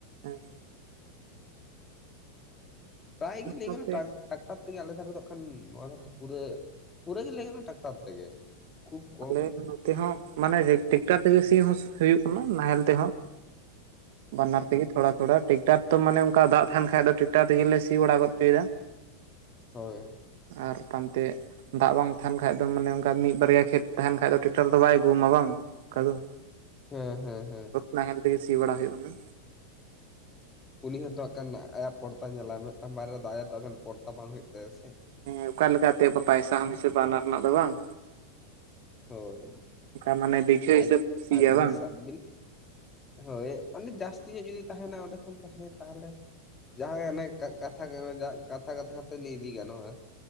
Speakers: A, on the right; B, on the left.
A: ᱦᱮᱸ ᱾
B: ᱯᱨᱟᱭ ᱜᱮ ᱞᱟᱹᱭ
A: ᱱᱚᱛᱮ
B: ᱜᱟᱱᱚᱜ-ᱟ᱾ ᱴᱨᱟᱠ ᱴᱟᱠᱴᱟᱨ ᱛᱮᱜᱮ ᱟᱞᱮ ᱫᱷᱟᱨᱮ ᱫᱚ ᱠᱷᱟᱱ ᱱᱚᱣᱟ ᱫᱷᱟᱨᱮ ᱛᱮ ᱯᱩᱨᱟᱹ, ᱯᱩᱨᱟᱹ ᱜᱮ ᱞᱟᱹᱭ ᱜᱟᱱᱚᱜ-ᱟ, ᱴᱟᱠᱴᱟᱨ ᱛᱮᱜᱮ ᱠᱷᱩᱵ ᱠᱚᱢ
A: ᱟᱞᱮ
B: ᱾
A: ᱱᱚᱛᱮ ᱦᱚᱸ ᱢᱟᱱᱮ ᱴᱮᱠᱴᱟᱨ ᱛᱮᱜᱮ ᱥᱤ ᱦᱚᱸ ᱦᱩᱭᱩᱜ ᱢᱟ ᱱᱟᱦᱮᱞ ᱛᱮᱦᱚᱸ ᱾ ᱵᱟᱱᱟᱨ ᱛᱮᱜᱮ ᱛᱷᱚᱲᱟ ᱛᱷᱚᱲᱟ ᱴᱮᱠᱴᱟᱨ ᱛᱚ ᱢᱟᱱᱮ ᱚᱱᱠᱟ ᱫᱟᱜ ᱛᱟᱦᱮᱱ ᱠᱷᱟᱡ ᱫᱚ ᱴᱮᱨᱟᱠᱴᱟᱨ ᱛᱮᱜᱮᱞᱮ ᱥᱤ ᱵᱟᱲᱟ ᱜᱚᱫ ᱪᱚᱭ ᱫᱟ ᱾
B: ᱦᱳᱭ᱾
A: ᱟᱨ ᱯᱟᱱᱛᱮ ᱫᱟᱜ ᱵᱟᱝ ᱛᱟᱦᱮᱱ ᱠᱷᱟᱡ ᱫᱚ ᱢᱟᱱᱮ ᱚᱱᱠᱟ ᱢᱤᱫ ᱵᱟᱨᱭᱟ ᱠᱷᱮᱛ ᱛᱟᱦᱮᱱ ᱠᱷᱟᱱ ᱫᱚ ᱴᱮᱠᱴᱟᱨ ᱫᱚ ᱵᱟᱭ ᱟᱹᱜᱩᱣᱟ ᱢᱟ ᱵᱟᱝ ᱚᱱᱠᱟ ᱫᱚ ᱾
B: ᱦᱮᱸ ᱦᱮᱸ ᱦᱮᱸ᱾
A: ᱱᱟᱦᱮᱞ ᱛᱮᱜᱮ ᱥᱤ ᱵᱟᱲᱟ ᱦᱩᱭᱩᱜ ᱠᱟᱱᱟ᱾
B: ᱩᱱᱤ ᱦᱚᱸᱛᱚ ᱦᱟᱸᱜ ᱠᱷᱟᱱ ᱟᱭᱟᱜ ᱯᱚᱲᱛᱟ ᱧᱮᱞᱟ ᱢᱤᱫᱴᱟᱝ ᱵᱟᱨᱮᱭᱟ ᱫᱚ ᱟᱭᱟᱜ ᱫᱚ ᱯᱚᱲᱛᱟ ᱵᱟᱝ ᱦᱩᱭᱩᱜ ᱛᱟᱭᱟ ᱥᱮ ᱾
A: ᱦᱮᱸ ᱚᱠᱟ ᱞᱮᱠᱟᱛᱮ ᱯᱟᱭᱥᱟ ᱮᱢ ᱦᱤᱥᱟᱹᱵ ᱚᱱᱟ ᱨᱮᱱᱟᱜ ᱫᱚ ᱵᱟᱝ?
B: ᱦᱳᱭ
A: ᱚᱱᱠᱟ ᱢᱟᱱᱮ ᱵᱤᱜᱷᱟᱹ
B: ᱟᱡ
A: ᱦᱤᱥᱟᱹᱵ ᱠᱚ ᱥᱤᱭᱟ
B: ᱟᱹᱵᱤᱱ
A: ᱵᱟᱝ
B: ᱥᱟᱵ ᱵᱤᱱ ᱦᱳᱭ ᱚᱱᱮ ᱡᱟᱹᱥᱛᱤ ᱧᱚᱜ ᱡᱩᱫᱤ ᱛᱟᱦᱮᱱᱟ ᱚᱸᱰᱮ ᱠᱷᱟᱱ ᱛᱟᱦᱮᱸ ᱛᱟᱦᱚᱞᱮ ᱡᱟᱦᱟᱸ ᱟᱱᱮ ᱠᱟᱛᱷᱟ ᱠᱟᱛᱷᱟ ᱠᱟᱛᱷᱟ ᱠᱟᱛᱮ ᱞᱟᱹᱭ ᱤᱫᱤ ᱜᱟᱱᱚᱜᱼᱟ᱾